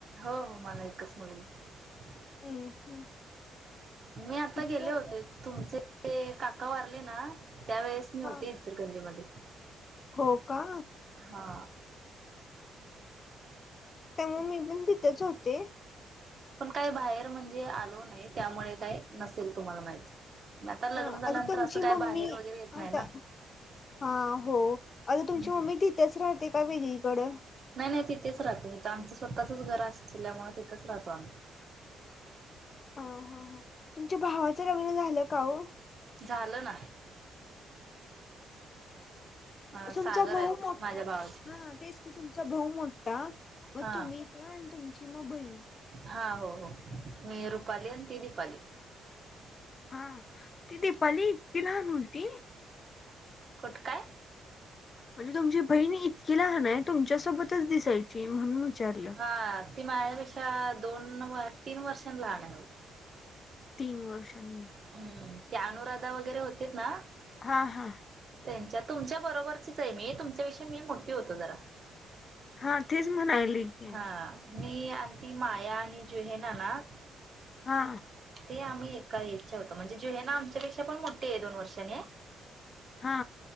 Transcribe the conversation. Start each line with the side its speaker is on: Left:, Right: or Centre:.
Right: हो हो मला एकच मुलगी आहे
Left: हम्म हम्म
Right: मी आता
Left: किती
Right: गेले
Left: वय
Right: होते तुमचे काका वारले ना त्यावेेळेस मी होते
Left: हा
Right: इचरगंजीमध्ये
Left: हो का
Right: हा
Left: तेव्हा मी पण तिथेच होते
Right: पण काही बाहेर म्हणजे आलो नाही त्यामुळे काय नसेल तुम्हाला माहिती नाही तर लग्न
Left: अ, आता
Right: झाल्यानंतर
Left: तुमची
Right: असं काही
Left: मम्मी
Right: बाहेर वगैरे येत नाही
Left: आता
Right: ना
Left: हा हो आता
Right: हम्म.
Left: तुमची मम्मी तिथंच राहते का वेगळीकडं
Right: नाही नाही तिथेच राहतो तिथं आमचं स्वतःच घर अस असल्यामुळे तिथंच राहतो आम्ही
Left: ह हा हा तुमच्या भावाचं लग्न झालं का हो
Right: झालं ना हा
Left: तुमचा
Right: सागर
Left: भाऊ
Right: आहे बघ
Left: मोठा
Right: माझ्या भावाच
Left: हा तेच कि तुमचा भाऊ मोठा मग
Right: हा
Left: तुम्ही त्या आणि तुमची मग बहीण.
Right: हा हो हो मी रुपाली आणि ती रीपाली.
Left: हा ही दिपाली एवढी लहान होती.
Right: कुठ काय.
Left: म्हणजे तुमची बहीणी इतकी लहान आहे तुमच्यासोबतच दिसायची म्हणून. विचारलं
Right: हा ती माझ्यापेक्षा दोन तीन वर्षां लहान आहे.
Left: तीन वर्षांनी.
Right: हम्म ते अनुराधा वगैरे होते ना.
Left: हां हां.
Right: त्यांच्या तुमच्या बरोबरचीच आहे मी तुमच्याविषयी मी मोठी होतो जरा.
Left: हा तीच म्हणायली. की
Right: हा मी आणि ती माया आणि जुहे नाना
Left: हा.
Right: ते आम्ही एका याच्या होतो म्हणजे जुहे ना आमच्यापेक्षा पण मोठे आहे दोन वर्षांने.
Left: हा.